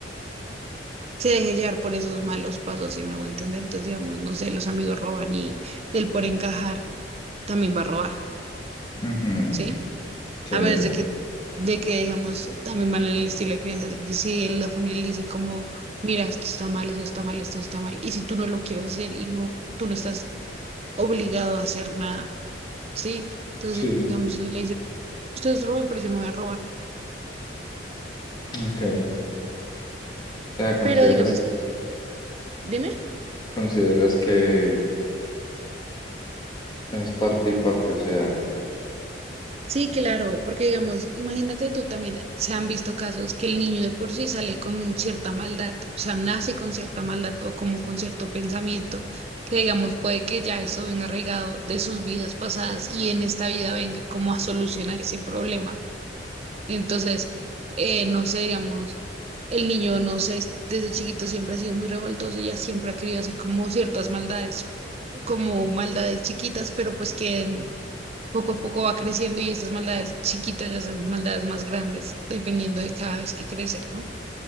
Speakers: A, on the right; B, on the left.
A: se deje llevar por esos malos pasos, si me hago entender. Entonces, digamos, no sé, los amigos roban y él por encajar también va a robar,
B: Ujú,
A: ¿sí?
B: Sí,
A: A menos de que, de que digamos, también van en el estilo de crianza. Si la familia le dice como, mira, esto está mal, esto está mal, esto está mal. Y si tú no lo quieres hacer y no, tú no estás obligado a hacer nada, ¿sí? Entonces,
B: sí.
A: digamos, le dice, ustedes roben, pero yo no voy a robar.
B: Ok. O sea, consideras,
A: Pero digamos, dime.
B: consideras que es parte y parte, o sea,
A: Sí, claro, porque digamos, imagínate tú también, se han visto casos que el niño de por sí sale con cierta maldad, o sea, nace con cierta maldad o como con cierto pensamiento, que digamos puede que ya eso venga arraigado de sus vidas pasadas y en esta vida venga como a solucionar ese problema. Entonces, eh, no sé, digamos, el niño, no sé, desde chiquito siempre ha sido muy revoltoso y ya siempre ha querido hacer como ciertas maldades, como maldades chiquitas, pero pues que en- poco a poco va creciendo y estas maldades chiquitas ya son maldades más grandes, dependiendo de cada vez que crece, ¿no?